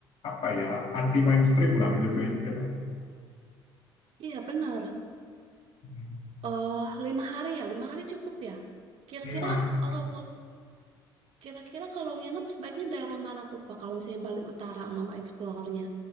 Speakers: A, on the left; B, on the right.
A: apa ya anti mainstream lah gitu istilahnya.
B: Iya, benar.
A: Mm.
B: eh lima hari ya, lima hari cukup ya. Kira-kira
A: Ini mah
B: eh, kalau kira-kira kalau nginep sebaiknya daerah mana tuh Pak? Kalau misalnya Bali Utara mau eksplornya.